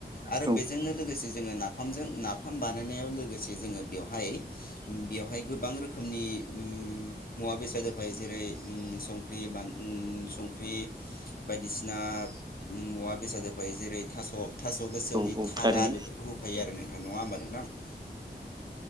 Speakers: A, on the left (about 55°); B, on the right (about 25°).
A: आरो
B: औ
A: बेजोंनो लोगोसे जोङो नाफामजों नाफाम बानायनायाव लोगोसे जोङो बेवहाय बेवहाय गोबां रोखोमनि उम मुवा बेसाद होफायो जेरै उम संख्रि बान उम संख्रि बायदिसिना मुवा बेसाद फायो जेरै थास' थास' गोसोमनि
B: औ औ
A: थारा
B: थारैनो
A: बेफोरखौ होफायो आरो नोंथां नङा होमबा नोंथां? <inaudible>